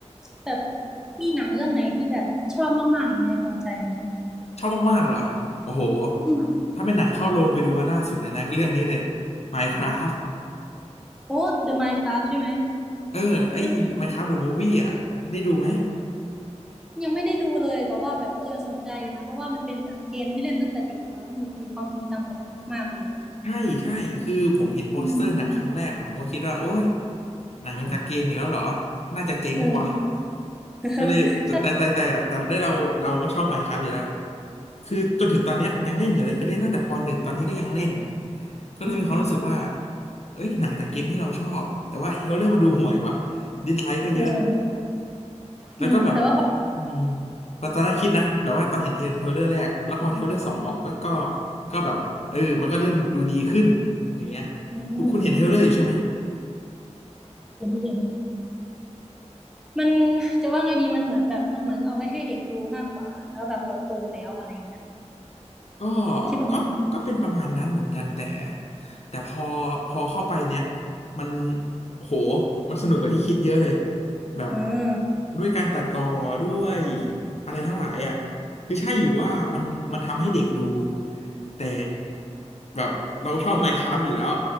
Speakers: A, in the centre; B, on the left.
A: แบบมีหนังเรื่องไหนที่แบบชอบมากๆอยู่ในดวงใจไหม
B: ชอบมากๆเหรอโอ้โห
A: อืม
B: ถ้าเป็นหนังเข้าโรงไปดูมาล่าสุดเนี่ยนะก็เรื่องนี้เลย Minecraft
A: โอ้ The Minecraft ใช่ไหม
B: เออไอ้
A: เออ
B: Minecraft the Movie อ่ะได้ดูไหม
A: ยังไม่ได้ดูเลยแต่ว่าแบบเออสนใจอยู่นะเพราะว่ามันเป็นแบบเกมที่เล่นตั้งแต่เด็กเนาะแบบมีความทรงจำกับมันมากๆเลย
B: ใช่ใช่คือผมเห็นโปสเตอร์หนังครั้งแรกอะผมก็คิดว่าโอ้ย
A: อืม
B: หนังจากเกมอีกแล้วเหรอน่าจะเจ๊งว่ะ
A: เออ <laughs>
B: ก็เลยแต่แต่แต่แต่แต่ได้เราเราก็ชอบ
A: ใช่
B: Minecraft อยู่แล้วคือจนถึงตอนเนี้ยยังเล่นอยู่เลยคือเล่นตั้งแต่ปหนึ่งตอนนี้ก็ยังเล่นก็เลยมีความรู้สึกว่า
A: อืม
B: เอ้ยหนังจากเกมที่เราชอบแต่ว่าเฮลเลอร์มาดูห่วยว่ะดิสไลค์ก็เยอะ
A: เออ
B: แล้วก็แบบ
A: อืมแต่ว่าพอ
B: อืมตอนตอนแรกคิดนะแบบว่าตอนเห็นเทรลเลอร์แรกแล้วพอเทรลเลอร์สองออกก็ก็ก็แบบเออมันก็เริ่มดูดีขึ้นอย่างเงี้ย
A: อืม
B: คุณคุณเห็นเทรลเลอร์อยู่ใช่ไหม
A: เห็นเห็น มันจะว่าไงดีมันเหมือนแบบมันเหมือนเอาไว้ให้เด็กดูมากกว่าแล้วแบบเราโตแล้วอะไรเงี้ย
B: ก็
A: คิดแบบนั้น
B: ก็ก็เป็นประมาณนั้นเหมือนกันแต่แต่พอพอเข้าไปเนี้ยมันโอ้โหมันสนุกกว่าที่คิดเยอะเลยแบบ
A: อืม
B: ด้วยการตัดต่อด้วยอะไรทั้งหลายอ่ะคือใช่อยู่ว่ามันมันทำให้เด็กดูแต่แบบเราชอบ Minecraft อยู่แล้ว